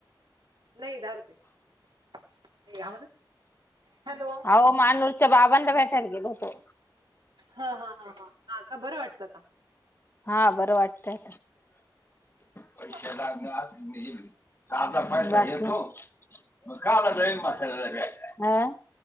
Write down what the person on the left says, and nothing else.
अहो मानूरच्या बाबांना भेटायला गेल होतो
हा बरं वाटतंय
पैशाां अस हे आता पस येेत काला नवी मासा